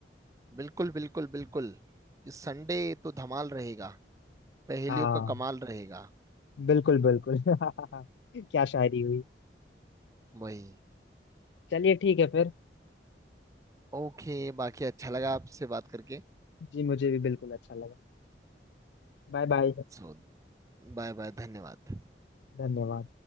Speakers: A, on the right (about 20°); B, on the left (about 85°).
A: बिल्कुल बिल्कुल बिल्कुल इस संडे तो धमाल रहेगा पहेलियों
B: हाँ
A: का कमाल रहेगा
B: बिल्कुल बिल्कुल <laughs> क्या शायरी हुई
A: वही
B: चलिए ठीक है फिर
A: ओके बाकी अच्छा लगा आपसे बात करके
B: जी मुझे भी बिल्कुल अच्छा लगा Bye bye
A: सो बाय बाय धन्यवाद
B: धन्यवाद